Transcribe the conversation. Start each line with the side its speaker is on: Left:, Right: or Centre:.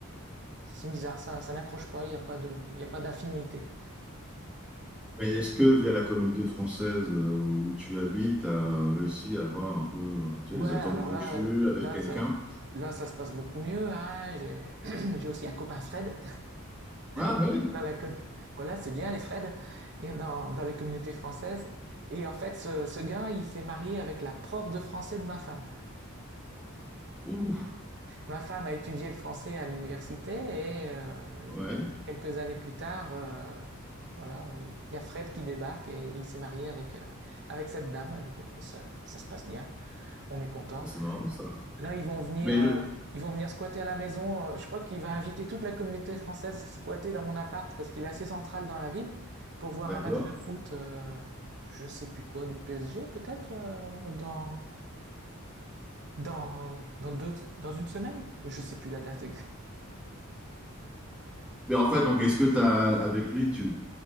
Right: C'est bizarre, ça, ça n'accroche pas, il n'y a pas de, il y a pas d'affinité.
Centre: Mais est-ce que via la communauté française euh, où tu habites, tu as réussi à avoir un peu euh, tu
Right: Ouais,
Centre: sais, les
Right: alors
Centre: atomes crochus
Right: là,
Centre: avec
Right: là,
Centre: quelqu'un?
Right: ça, là, ça se passe beaucoup mieux. Hein. J'ai <clears throat> <coughs> j'ai aussi un copain Fred.
Centre: Ah oui,
Right: <laughs> dans la voilà, c'est bien les Freds dans, dans la communauté française. Et en fait, ce, ce gars, il s'est marié avec la prof de français de ma femme.
Centre: Ouh,
Right: Ma femme a étudié le français à l'université et euh,
Centre: ouais,
Right: quelques années plus tard, euh, voilà, il y a Fred qui débarque et il s'est marié avec, euh, avec cette dame. Et, euh, ça, ça se passe bien, on est content.
Centre: Ça, c'est marrant ça.
Right: Là, ils vont venir,
Centre: Mais
Right: euh,
Centre: je-
Right: ils vont venir squatter à la maison. Euh, Je crois qu'il va inviter toute la communauté française squatter dans mon appart parce qu'il est assez central dans la ville pour voir
Centre: d'accord.
Right: un match de foot, euh, je sais plus quoi, du PSG peut-être euh, dans dans dans deux dans une semaine. Je sais plus la date
Centre: Mais en fait, donc est-ce que tu as avec lui, tu